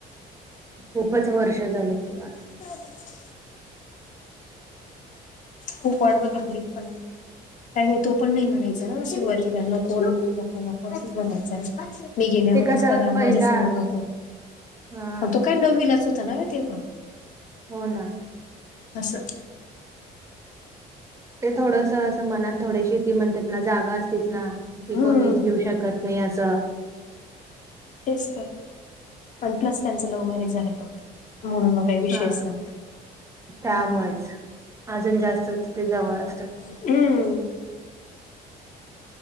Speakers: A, on the right; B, on the left.
A: खूपच वर्ष झाले कि
B: चाले खूप वाट बघितली, पण काही तो पण नाही म्हणायचा ना सुरुवातीला नको नको न च बलायचं ना मी गेण्यावरच
A: ते कसं
B: करा
A: पहिला
B: माझ्या समोर नको.
A: हा
B: तो काय नववीलाच होता ना तेव्हा
A: हो ना.
B: असं.
A: ते थोडस असं मनात थोडेशी ती म्हणतात ना जागा असतीच ना ती
B: हम्म
A: कोणीच घेऊ शकत नाही आज
B: तेच तर, आणि प्लस त्यांचं लव्ह मॅरेज झायला होतं म्हणून मग काही विषयच
A: हा
B: नव्हता
A: त्यामुळेच अजून जास्तच ते जवळ असतात.
B: हम्